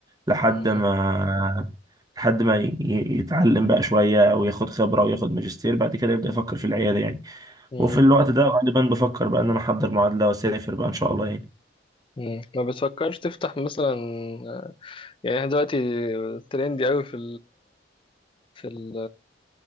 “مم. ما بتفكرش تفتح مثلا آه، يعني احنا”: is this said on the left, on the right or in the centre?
Left